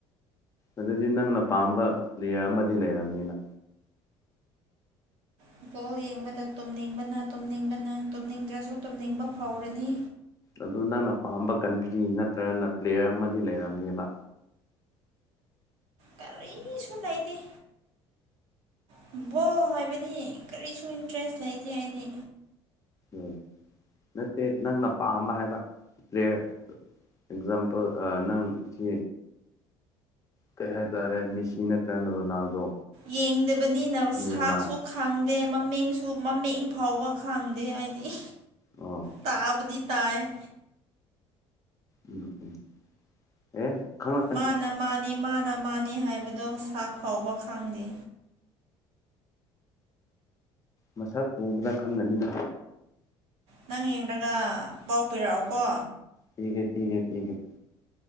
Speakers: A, on the left (about 30°); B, on the right (about 75°).
A: ꯑꯗꯨꯗꯤ ꯅꯪꯅ ꯄꯥꯝꯕ ꯄ꯭ꯂꯦꯌꯔ ꯑꯃꯗꯤ ꯂꯩꯔꯕꯝꯅꯤꯅ
B: ꯐꯨꯠꯕꯣꯜ ꯌꯦꯡꯕꯗ ꯇꯨꯝꯅꯤꯡꯕꯅ ꯇꯨꯝꯅꯤꯡꯕꯅ ꯇꯨꯝꯅꯤꯡꯗ꯭ꯔꯁꯨ ꯇꯨꯝꯅꯤꯡꯕ ꯐꯥꯎꯔꯅꯤ
A: ꯑꯗꯨ ꯅꯪꯅ ꯄꯥꯝꯕ ꯀꯟꯇ꯭ꯔꯤ ꯅꯠꯇ꯭ꯔꯒꯅ ꯄ꯭ꯂꯦꯌꯔ ꯑꯃꯗꯤ ꯂꯩꯔꯝꯅꯦꯕ
B: ꯀꯔꯤꯁꯨꯨ ꯂꯩꯏꯗꯤꯦ ꯐꯨꯠ ꯕꯣꯜ ꯍꯥꯏꯕꯗꯤ ꯀꯔꯤꯁꯨ ꯏꯟꯇꯔꯦꯁ ꯂꯩꯇꯦ ꯑꯩꯗꯤ
A: ꯎ ꯅꯠꯇꯦ ꯅꯪꯅ ꯄꯥꯝꯕ ꯍꯥꯏꯕ ꯄ꯭ꯂꯦꯌꯔ ꯑꯦꯛꯖꯥꯝꯄꯜ ꯅꯪ ꯁꯤ ꯀꯩ ꯍꯥꯏꯇꯥꯔꯦ ꯃꯤꯦꯁꯤꯅ ꯀꯦꯟ ꯔꯣꯅꯥꯜꯗꯣ
B: ꯌꯦꯡꯗꯕꯅꯤ ꯅꯔꯁꯍꯥꯛꯁꯨ
A: ꯅꯦꯃꯥꯔ
B: ꯈꯥꯡꯗꯦ ꯃꯃꯤꯡꯁꯨ ꯃꯃꯤꯡ ꯐꯥꯎꯕ ꯈꯥꯡꯗꯦ ꯍꯥꯏꯗꯤ
A: ꯎꯝ
B: ꯇꯥꯕꯗꯤ ꯇꯏ
A: ꯎꯝ ꯎꯝ ꯑꯦ ꯈꯪ
B: ꯃꯥꯅ ꯃꯥꯅꯤ ꯃꯥꯅ ꯃꯥꯅꯤ ꯍꯥꯏꯕꯗꯨ ꯁꯥꯛ ꯐꯥꯎꯕ ꯈꯪꯗꯦ
A: ꯃꯁꯛ ꯎꯕꯗ ꯈꯪꯒꯅꯤꯅ
B: ꯅꯪ ꯌꯦꯡꯒ ꯄꯥꯎ ꯄꯤꯔꯛꯑꯣꯀꯣ
A: ꯊꯀꯦ ꯊꯦ ꯊꯀꯦ